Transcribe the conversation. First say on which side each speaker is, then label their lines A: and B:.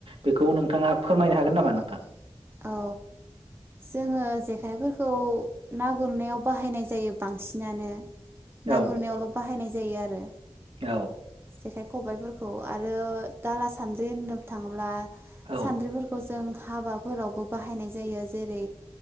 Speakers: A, on the right; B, on the right.
A: बेखौ नोंथाङा फोरमायनो हागोन नामा नोंथां?
B: औ जोङो जेखाइफोरखौ ना गुरनायाव बाहायनाय जायो बांसिनानो
A: औ
B: ना गुरनायावल' बाहायनाय जायो आरो
A: औ
B: जेखाय खबायफोर खौ आरो दाला सानद्रि होननो थाङोब्ला
A: औ
B: सानद्रिफोरखौ जों हाबा फोरावबो बाहायनाय जायो जेरै